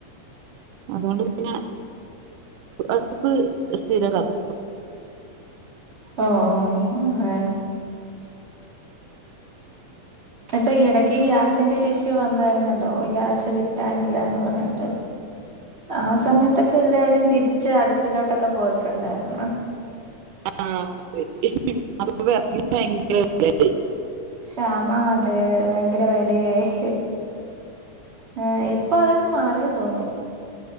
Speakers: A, on the right (about 85°); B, on the right (about 20°).
A: അതുകൊണ്ട് പിന്നെ അടുപ്പ് സ്ഥിരവാക്കി
B: ആഹ് ആഹ് ആഹ് ഇപ്പൊ ഈ ഇടക്ക് ഗ്യാസിന്റെ ഒരു ഇഷ്യു വന്നായിരുന്നല്ലോ ഗ്യാസ് കിട്ടാനി ഇല്ലാന്ന് പറഞ്ഞിട്ട് ആ സമയത്തൊക്കെ എല്ലാരും തിരിച്ച് അടുപ്പിലോട്ടൊക്കെ പോയിട്ടുണ്ടായിരുന്നു
A: <unintelligible>
B: ഷാമാ അതെ ഭയങ്കര വിലയായി ആഹ് ഇപ്പൊ അതൊക്കെ മാറിയെന്ന് തോന്നുന്നു